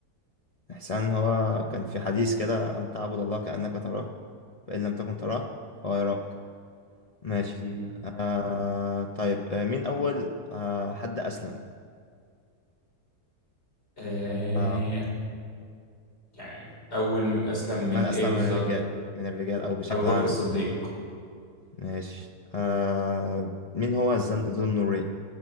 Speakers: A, on the left (about 70°); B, on the left (about 40°).
A: الاحسان هو كان في حديث كده ان تعبد الله كأنك تراه فإن لم تكن تراه فهو يراك ماشي
B: مم.
A: آه طيب آه مين أول آه حد أسلم
B: آه
A: آه
B: يعني أول ما أسلم من
A: من
B: إيه
A: أسلم
B: بالظبط؟
A: من الرجال من الرجال أو بشكل
B: أبو
A: عام
B: بكر الصديق
A: في ماشي آه مين هو الزن- ذو النورين